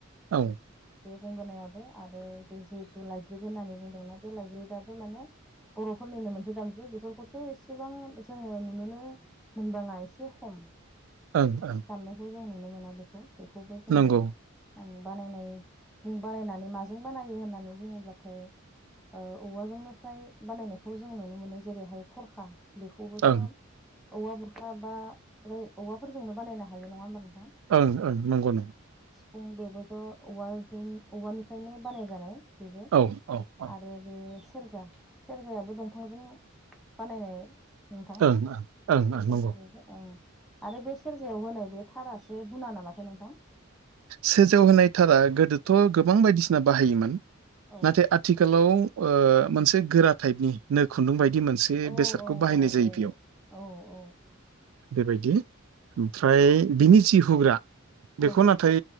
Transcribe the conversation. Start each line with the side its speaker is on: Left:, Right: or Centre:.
Right: औ
Centre: बे गंगनायाबो आरो बे जिहेथु लाइग्रिद होननानै बुंदोंना बे लाइग्रिदआबो माने बर'फोरनिनो मोनसे दामजु बेफोरखौथ' एसेबां जोङो नुुनोनो मोनबाङा एसे खम
Right: ओं ओं
Centre: दामनायखौ जों नुनो मोना बेखौ बेखौबो जोङो
Right: नंगौ
Centre: आं बानायनाय बुं बानायनानै माजों बानायो होननानै बुङोब्लाथाय ओ औवाजोंनो फ्राय बानायनायखौ जों नुनो मोनो जेरैहाय थरखा बेखौबो
Right: ओं
Centre: स' औवा बुरखा बा बझ औवाफोरजोंनो बानायनो हायो नङा होमबा नों
Right: ओं ओं नंगौ नङा
Centre: फुं बेबो ज' औवों औवानिफ्रायनो बानाय जानाय बेबो
Right: औ औ औ ओं
Centre: आरो बे सेरजा सेरजायाबो दंफांजों बानायनाय नोंथां
Right: ओं
Centre: औ
Right: ओं
Centre: सेरजा
Right: ओं नंगौ
Centre: आरो बे सेरजायाव होनाय बे थारासो गुना नामाथाय नोंथां
Right: सेरजायाव होनायथारा गोदोथ' गोबां बायदिसिना बाहायोमोन
Centre: औ
Right: नाथाय आथिखालाव ओ मोनसे गोरा टाइपनि नो खुन्दुं बायदि मोन
Centre: औ
Right: बेादखौ बायनाय
Centre: औ
Right: जायो
Centre: औ
Right: बेयाव
Centre: औ औ
Right: बेबायदि ओमफ्राय बिनि फथि हुग्रा
Centre: औ
Right: बेखौ नाथाय